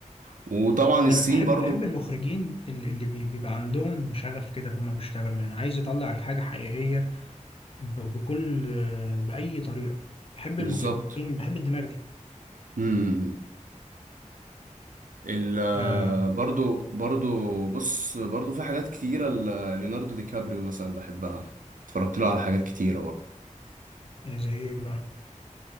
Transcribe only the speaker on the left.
انا
ب- بحب
بحب المخرجين اللي اللي بي- بيبقى عندهم شغف كده فهم بيشتغلوا يعني عايز يطلع الحاجه حقيقيه ب- بكل بأي طريقة بحب
المخرجين بحب الدماغ دي
آه
إيه زي إيه بقى